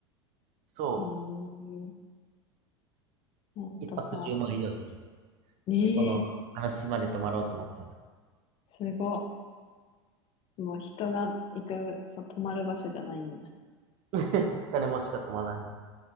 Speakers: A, on the right; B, on the left.
A: そ
B: えー、セントサー島。
A: う。一泊10万以上する。
B: ええ
A: あそこの話島で泊まろうと思ったら。
B: すごっ。もう人が行く、そう、泊まる場所じゃないんや。
A: どっかでもしか泊まらない。